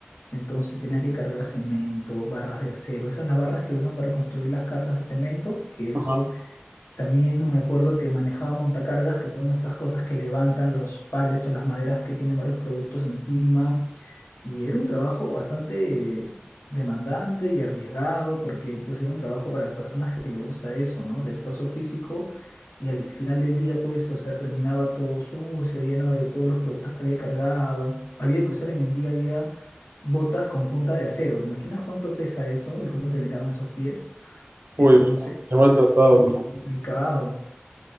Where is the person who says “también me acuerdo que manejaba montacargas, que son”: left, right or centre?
Left